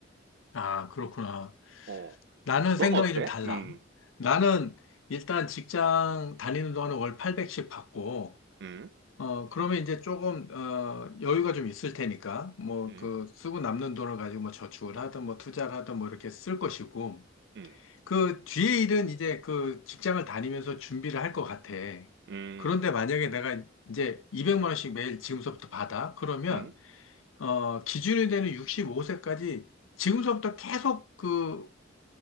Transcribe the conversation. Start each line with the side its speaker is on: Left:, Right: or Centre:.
Left: 아, 그렇구나.
Right: 어.
Left: 나는
Right: 넌
Left: 생각이
Right: 어때?
Left: 좀 달라.
Right: 음,
Left: 나는 일단 직장 다니는 동안에 월 800씩 받고
Right: 음,
Left: 어, 그러면 이제 조금, 어, 여유가 좀 있을 테니까, 뭐,
Right: 음,
Left: 그, 쓰고 남는 돈을 가지고 뭐 저축을 하든 뭐 투자를 하든 뭐 이렇게 쓸 것이고,
Right: 음,
Left: 그 뒤에 일은 이제 그 직장을 다니면서 준비를 할 것 같아.
Right: 음,
Left: 그런데 만약에 내가 이제 200만 원씩 매일 지금서부터 받아? 그러면,
Right: 음,
Left: 어, 기준이 되는 65세까지 지금서부터 계속 그